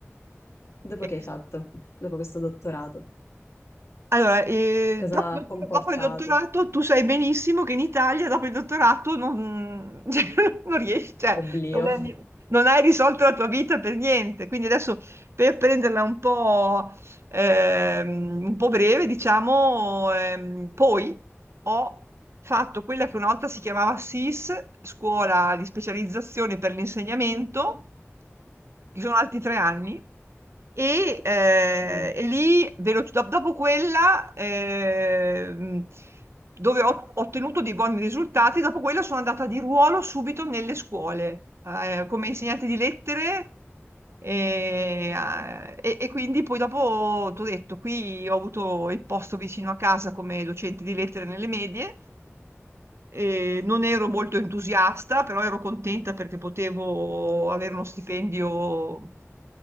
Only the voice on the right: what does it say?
E,
Allora, eh,
dopo,
dopo il dottorato tu sai benissimo che in Italia dopo il dottorato non, <laughs> cioè, non riesci, cioè,
non è- non hai risolto la tua vita per niente. Quindi adesso per prenderla un po' ehm, un po' breve, diciamo, ehm, poi ho fatto quella che una volta si chiamava SIS, scuola di specializzazione per l'insegnamento, che sono altri tre anni. E, eh,
e lì, veloci- dop- dopo quella, ehm, dove ho ho ottenuto dei buoni risultati, dopo quella sono andata di ruolo subito nelle scuole, eh, come insegnante di lettere e, eh, e- e quindi poi dopo ti ho detto, qui ho avuto il posto vicino a casa come docente di lettere nelle medie. e non ero molto entusiasta, però ero contenta perché potevo avere uno stipendio